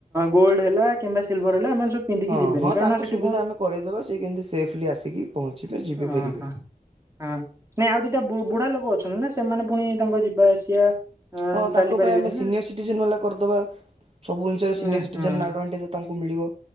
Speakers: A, on the right; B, on the right.
A: ଗୋଲ୍ଡ ହେଲା କିମ୍ବା ସିଲଭର ହେଲା ଏମାନେ ସବୁ। ପିନ୍ଧିକି
B: ହଁ
A: ଯିବେନି
B: ହଁ
A: କାରଣ
B: ତାଙ୍କ
A: ସେଠି
B: ସୁବିଧା
A: ବହୁତ
B: ଆମେ କରାଇଦେବା ସି କେମିତି ସେଫଲି ଆସିକି ପହଞ୍ଚିବେ ଯିବେ
A: ଓହୋ
B: ଫେରିବେ।
A: ହଁ ନାଇଁ ଆଉ ଦିଟା ବୁଢା ଲୋକ ଅଛନ୍ତି ନା ସେମାନେ ପୁଣି ତାଙ୍କ ଯିବା ଆସିବା। ଆଁ
B: ହଁ ତାଙ୍କ
A: ଚାଲି ପାରିବେନି
B: ପାଇଁ ଆମେ ସିନିୟର
A: ନା
B: ସିଟିଜେନ ଭଲା କରିଦବା ସବୁ ଜିନିଷିନିୟିେଡାେଜ।
A: ନା ହଁ
B: ତାଙ୍କୁ ମିଳିବ।